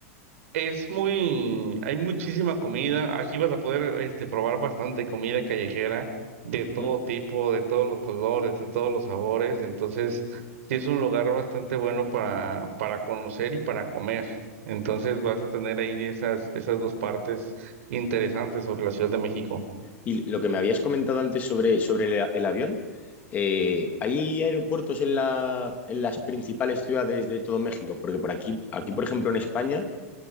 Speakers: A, on the right; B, on the left.
A: Es muy, hay muchísima comida. Aquí vas a poder este, probar bastante comida callejera de todo
B: ¿Mm?
A: tipo, de todos los colores, de todos los sabores. Entonces, sí es un lugar bastante bueno para, para conocer y para comer. Entonces, vas a tener ahí esas, esas dos partes interesantes sobre la Ciudad de México.
B: Y lo que me habías comentado antes sobre, sobre el, el avión, eh, ¿hay aeropuertos en la- en las principales ciudades de todo México? Porque por aquí, aquí, por ejemplo, en España,